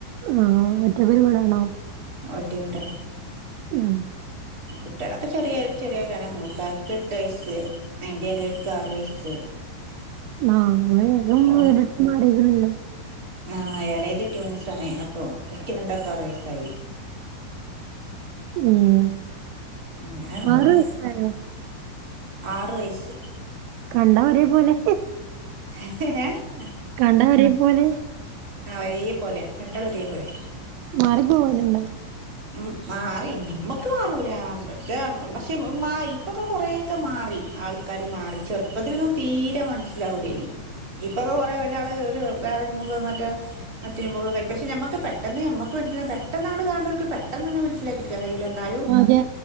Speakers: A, on the right; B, on the right.
A: ആഹ് ഒറ്റക്ക് ഒരുവീടാണോ?
B: ആ ഒറ്റ വീടാ
A: ആഹ്.
B: കുട്ടികളൊക്കെ ചെറിയ ചെറിയോലാണ് മൂത്താൾക്ക് എട്ട് വയസ്സ് അയിന്റെ എളേൽക്ക് ആറ് വയസ്സ്
A: ആഹ് അതെ നീയും
B: ഓ
A: വീടിട്ത്ത് മാറിക്ക്ണ്ല്ലേ?
B: ആ എളത് ട്യൂൻസ് ആണ് അപ്പൊ ഇവർക്ക് രണ്ടാൾക്കും ആറ് വയസ്സായി.
A: ഉം.
B: ഉം അങ്ങനെ പോണ്
A: ആറ് വയസ്സായോ
B: ആറ് വയസ്സ്
A: കണ്ടാ ഒരേ പോലെ ഹേ
B: <unintelligible>
A: കണ്ടാ ഒരേ പോലെ?
B: ആ ഒരേ പോലെയാണ് രണ്ടാളും ഒരേപൊലെ
A: മാറി പോവല്ണ്ടാ?
B: ഉം മാറി നമ്മക്ക് മാറൂല മറ്റേ പക്ഷേ ഇപ്പൊക്കെ കൊറെ. ക്കെ മാറി ആൾക്കാര് മാറി ചെറുപ്പത്തിലൊന്നും തീരെ മനസ്സിലാവൂലേനി ഇപ്പൊക്കെ കൊറെേ ഒരാള് ഒരു വേറെരു മുഖം മറ്റെ മറ്റരുമുഖം കയ് പക്ഷെഞമ്മക്ക് പെട്ടെന്ന് നമ്മക്ക് മനസ്സിലാവും പെട്ടെന്ന് അങ്ങട്ട് കാണുന്നോർക്ക് പെട്ടന്ന്ങ്ങ് മനസിലായി കാൻകയ്യുലന്നാ
A: ആദ്യേ